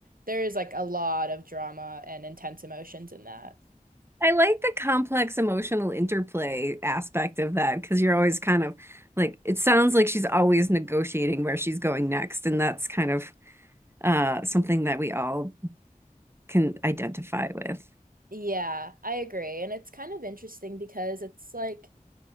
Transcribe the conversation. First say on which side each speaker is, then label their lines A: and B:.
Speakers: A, on the right; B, on the right.
A: there is like a lot of drama and intense emotions in that.
B: I like the complex emotional interplay aspect of that because you're always kind of like it sounds like she's always negotiating where she's going next, and that's kind of uh, something that we all can identify with.
A: Yeah, I agree. And it's kind of interesting because it's like,